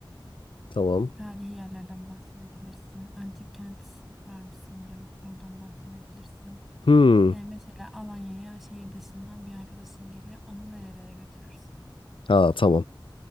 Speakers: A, on the left; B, in the centre.
A: Tamam.
B: tarihi yerlerden bahsedebilirsin. Antik kent varmış sanırım. Oradan bahsedebilirsin.
A: Hmm.
B: Yani mesela Alanya'ya şehir dışından bir arkadaşın geliyor. Onu nerelere götürürsün?
A: Ha tamam.